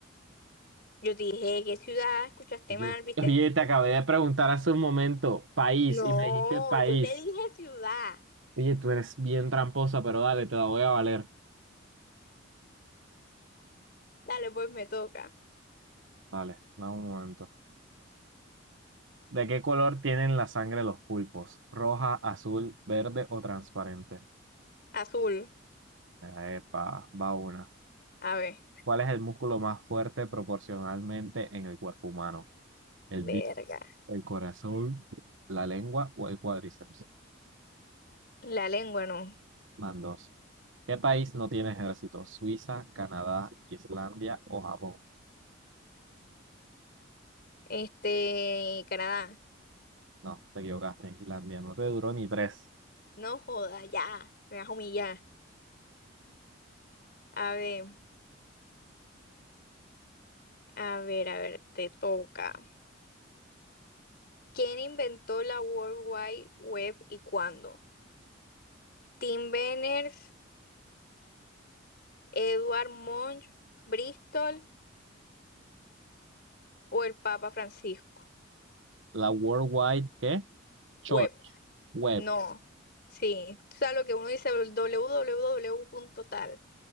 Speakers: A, on the left; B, on the right.
A: Yo te dije, ¿qué ciudad? Escuchaste
B: Yo,
A: mal, ¿viste?
B: oye, te acabé de preguntar hace un momento, país,
A: No,
B: y me dijiste país.
A: yo te dije ciudad.
B: Oye, tú eres bien tramposa, pero dale, te la voy a valer.
A: Dale, pues me toca.
B: Dale, dame un momento. ¿De qué color tienen la sangre los pulpos? ¿Roja, azul, verde o transparente?
A: Azul.
B: Epa, va una.
A: A ver.
B: ¿Cuál es el músculo más fuerte proporcionalmente en el cuerpo humano? ¿El
A: Verga.
B: bíceps, el corazón, la lengua o el cuádriceps?
A: La lengua no.
B: Van dos. ¿Qué país no tiene ejército? ¿Suiza, Canadá, Islandia o Japón?
A: Este, Canadá.
B: No, te equivocaste, Islandia. No te duró ni tres.
A: No joda, ya. Me vas a humillar. A ver, a ver, a ver, te toca. ¿Quién inventó la World Wide Web y cuándo? Tim Berners, Edward Munch, Bristol o el Papa Francisco.
B: La worldwide ¿qué? Church,
A: Web,
B: Web,
A: no. Sí, o sea, lo que uno dice, doble u doble u doble u punto tal